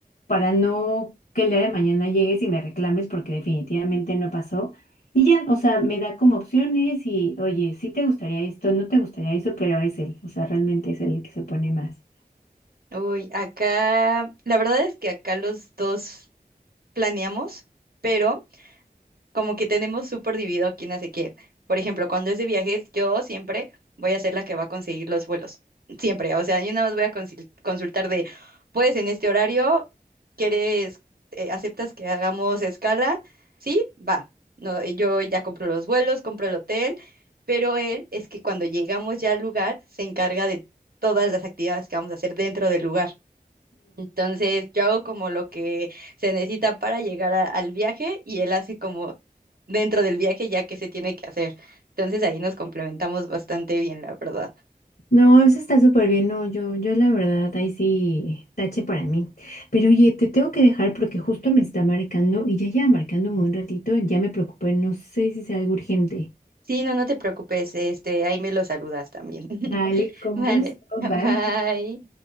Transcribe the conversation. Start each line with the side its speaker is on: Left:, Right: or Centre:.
Left: Para no que el día de mañana llegues y me reclames porque definitivamente no pasó. Y ya, o sea, me da como opciones y, oye, sí te gustaría esto, no te gustaría eso, pero es él, o sea, realmente es él el que se pone más.
Right: Uy, acá, la verdad es que acá los dos planeamos, pero como que tenemos súper dividido quién hace qué. Por ejemplo, cuando es de viajes, yo siempre voy a ser la que va a conseguir los vuelos. Siempre. O sea, yo nada más voy a consil- consultar de, pues en este horario, ¿quieres, eh, aceptas que hagamos escala? Sí, va. No, eh, yo ya compro los vuelos, compro el hotel, pero él es que cuando llegamos ya al lugar, se encarga de todas las actividades que vamos a hacer dentro del lugar. Entonces yo hago como lo que se necesita para llegar a- al viaje y él hace como dentro del viaje ya que se tiene que hacer. Entonces ahí nos complementamos bastante bien, la verdad.
Left: No, eso está súper bien. No, yo, yo la verdad, ahí sí, tache para mí. Pero oye, te tengo que dejar porque justo me está marcando y ya lleva marcándome un ratito, ya me preocupé, no sé si sea algo urgente.
Right: Sí, no, no te preocupes, este, ahí me lo saludas también. <laughs>
Left: Vale, con
Right: Vale,
Left: gusto,
Right: <laughs>
Left: bye.
Right: bye.